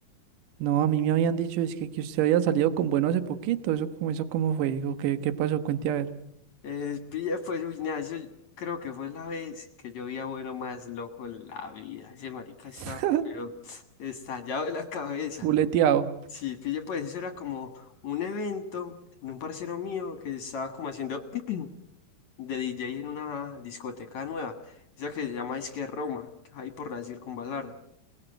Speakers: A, on the right; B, on the left.
A: No, a mí me habían dicho, es que, que usted había salido con bueno hace poquito, eso, cómo- eso cómo fue, o qué, qué pasó, cuente a ver.
B: Eh, pille, pues, uy, nea, eso creo que fue la vez que yo vi a Bueno más loco en la vida. Ese marica estaba,
A: <laughs>
B: pero estallado de la cabeza.
A: Fuleteado.
B: Sí, pille, pues, eso era como un evento de un parcero mío que estaba como haciendo <clears throat> de DJ en una discoteca nueva. Esa que se llama Disque Roma, que hay por la Circunvalar.